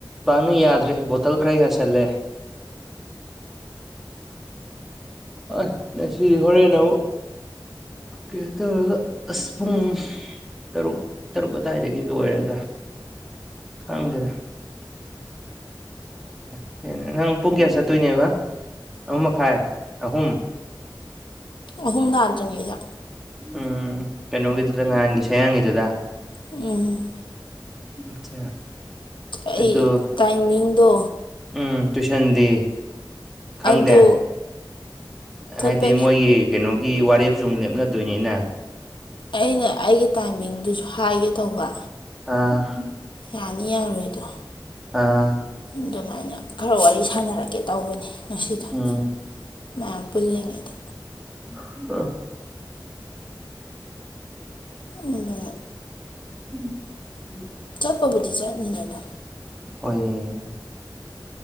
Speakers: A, in the centre; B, on the left (about 80°).
A: ꯄꯥꯛꯅ ꯌꯥꯗ꯭ꯔꯦ ꯕꯣꯇꯜ ꯈꯔ ꯌꯥꯁꯜꯂꯦ ꯑ ꯉꯁꯤꯗꯤ ꯍꯣꯔꯦꯟ ꯑꯃꯨꯛ ꯀꯩꯅꯣ ꯇꯧꯔꯒ ꯑꯁ ꯄꯨꯡ ꯇꯔꯨꯛ ꯇꯔꯨꯛ ꯑꯗꯨꯋꯥꯏꯗꯒꯤ ꯂꯣꯏꯔꯗ꯭ꯔꯥ ꯈꯪꯗꯦꯗ <unintelligible> ꯅꯪ ꯄꯨꯡ ꯀ꯭ꯌꯥ ꯆꯠꯇꯣꯏꯅꯦꯕ ꯑꯍꯨꯝ ꯃꯈꯥꯏ ꯑꯍꯨꯝ
B: ꯑꯍꯨꯝ ꯇꯥꯗ꯭ꯔꯤꯉꯩꯗ
A: ꯎꯝ ꯀꯩꯅꯣꯒꯤꯗꯨꯗ ꯉꯍꯥꯟꯒꯤ ꯁꯌꯥꯡꯒꯤꯗꯨꯗ
B: ꯎꯝ
A: ꯑꯆꯥ
B: ꯑꯩ
A: ꯑꯗꯨ
B: ꯇꯥꯏꯃꯤꯡꯗꯣ
A: ꯎꯝ ꯇꯨꯏꯁꯟꯗꯤ ꯈꯪꯗꯦ
B: ꯑꯗꯨ ꯆꯠꯄ
A: ꯍꯥꯏꯗꯤ ꯃꯣꯏꯒꯤ ꯀꯩꯅꯣꯒꯤ ꯋꯥꯔꯦꯞꯁꯨ ꯑꯃꯨꯛ ꯂꯦꯞꯅꯗꯣꯏꯅꯤꯅ
B: ꯑꯩꯅ ꯑꯩꯒꯤ ꯇꯥꯏꯃꯤꯡꯗꯨꯁꯨ ꯍꯥꯏꯒꯦ ꯇꯧꯕ
A: ꯑꯥ
B: ꯌꯥꯅꯤ ꯌꯥꯔꯣꯏꯗꯣ
A: ꯑꯥ
B: ꯑꯗꯨꯃꯥꯏꯅ ꯈꯔ ꯋꯥꯔꯤ ꯁꯥꯟꯅꯔꯛꯀꯦ ꯇꯧꯕꯅꯦ ꯉꯁꯤꯗꯨ
A: ꯎꯝ
B: ꯃꯌꯥꯝ ꯄꯨꯜꯂꯤꯉꯩꯗ
A: <unintelligible>
B: ꯑꯗꯨꯅ
A: <unintelligible>
B: ꯆꯠꯄꯕꯨꯗꯤ ꯆꯠꯅꯤꯗꯅꯥ
A: ꯍꯣꯏꯌꯦ